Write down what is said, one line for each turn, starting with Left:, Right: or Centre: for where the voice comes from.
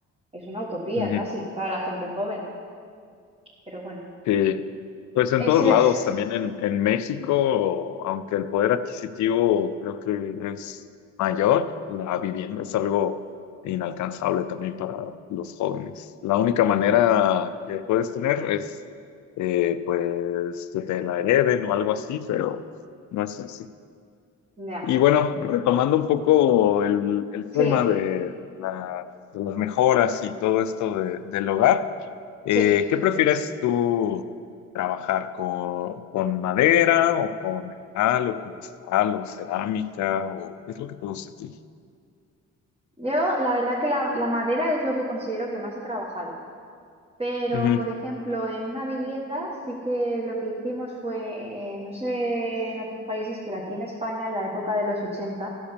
Right: es una utopía
Left: ujú.
Right: casi para la gente joven, pero bueno,
Left: Sí, pues en
Right: ese
Left: todos lados,
Right: es...
Left: también en, en México, aunque el poder adquisitivo creo que es mayor, la vivienda es algo inalcanzable también para los jóvenes. La única manera
Right: Ya,
Left: que puedes tener es, eh, pues, que te la hereden o algo así, pero no es así.
Right: ya,
Left: Y bueno, retomando un poco el, el
Right: sí,
Left: tema de, la- de las mejoras y todo esto de- del hogar. Eh,
Right: sí.
Left: ¿qué prefieres tú trabajar con, con madera o con metal o con cristal o cerámica o qué es lo que te gusta a ti?
Right: Yo la verdad que la, la madera es lo que considero que más he trabajado. Pero,
Left: Ujú,
Right: por ejemplo, en una vivienda sí que lo que hicimos fue, eh, no sé en otros países, pero aquí en España en la época de los 80